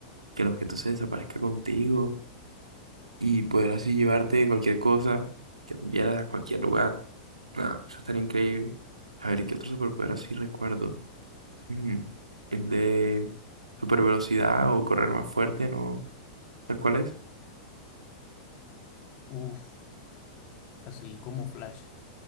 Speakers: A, on the right; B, on the left.
A: que el objeto se desaparezca contigo. y poder así llevarte cualquier cosa que tú quieras a cualquier lugar. Nada, eso estaría increíble. A ver, ¿qué otro superpoder así recuerdo? Mm, El de super velocidad o correr más fuerte, ¿no? ¿Sabes cuál es?
B: Uf, así como Flash.